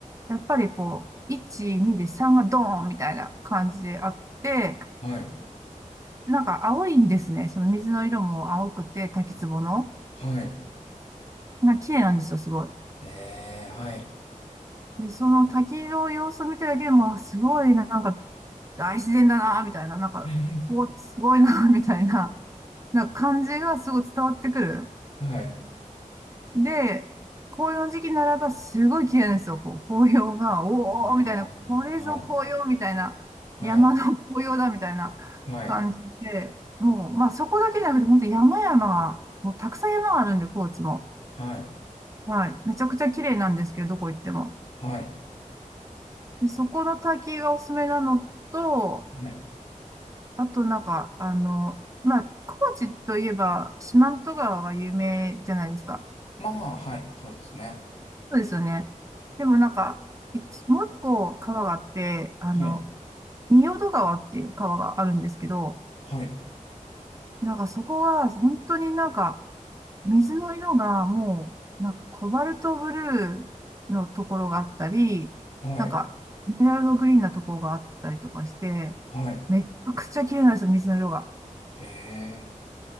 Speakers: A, on the right; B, on the left.
A: う、やっぱりこう、1、2で3がドーンみたいな感じであって、で
B: はい。
A: なんか青いんですね。その水の色も青くて、滝壺の。
B: はい。
A: なんか綺麗なんですよ、すごい。
B: えー、はい。
A: で、その滝の様子を見てるだけでも、あすごい、なんか大自然だな、みたいな、なんか、
B: <laughs>
A: こう、すごいな、みたいな、なんか感じがすごい伝わってくる。
B: はい。
A: で、紅葉の時期ならばすごい綺麗なんですよ、こう、紅葉が、おー、
B: あーはい。
A: みたいな、これぞ紅葉、みたいな、
B: はい。
A: 山の紅葉だ、みたいな感じで、
B: はい、
A: もう、まあそこだけじゃなくて、本当山々が、もうたくさん山があるんで、高知も。
B: はい、
A: はい。めちゃくちゃ綺麗なんですけど、どこ行っても。
B: はい、
A: で、そこの滝がおすすめなのと、
B: はい。
A: あとなんか、あの、まあ、高知といえば四万十川が有名じゃないですか。
B: まあ、はい、そうですね。
A: そうですよね。でもなんか、いつもう一個川があって、あの、
B: はい、
A: 仁淀川っていう川があるんですけど、
B: はい、
A: なんかそこが本当になんか、水の色がもう、なんかコバルトブルーのところがあったり、
B: はい、
A: なんか、エメラルドグリーンなところがあったりとかして、
B: はい。
A: めっちゃくちゃ綺麗なんですよ、水の色が。
B: へえ、